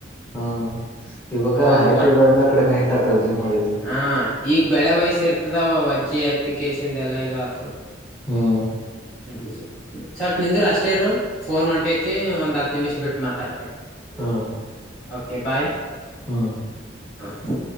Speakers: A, in the centre; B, on the left.
A: ಹ್ಮ ಇವಾಗ
B: ಅವಾಗ
A: ಐತ
B: ಹೊಟ್ಟಿ
A: ಇರ ಎಲ್ಲಾ ಕಡಿಮೆ ಐಟ್ ಹಾಕಲ್ಲ ಜಿಮ್ ಮಾಡಿದ್ರರು
B: ಹಾ ಈಗ ಬೆಳೆ ವಯಸ್ಸ ಇರ್ತದವ ಅಜ್ಜಿ ಅತ್ತಿಕೇಶನ್ ಎಲ್ಲ ಇದು ಆಗ್ತದದೆ
A: ಹ್ಮ್
B: ಹ್ಮ್ಸ ಸ್ವಲ್ಪ ನಿಂದರು ಅಷ್ಟೇರು ಫೋನ್ ಒಂಟೈತಿ ಒಂದ್ ಹತ್ ನಿಮಿಷ ಬಿಟ್ಟ ಮಾತಾಡ್ತೆ
A: ಹಾ
B: ಓಕೆ ಬಾಯ್
A: ಹಾ
B: ಹಾಂ